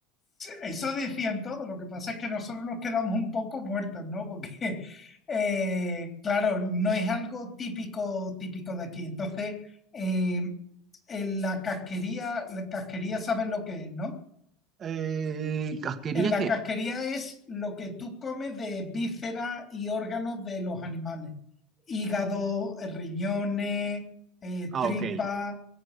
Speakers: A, on the left; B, on the right.
A: Eso decían todos lo que pasa es que nosotros nos quedamos un poco muertos, ¿no? Porque, eh, claro, no es algo típico, típico de aquí. Entonces, eh, en la casquería, la casquería saben lo que es, ¿no?
B: Eh, ¿casquería
A: en la
B: qué?
A: casquería es lo que tú comes de vísceras y órganos de los animales. Hígado, eh, riñones, eh,
B: Ah,
A: tripa,
B: ok. eh,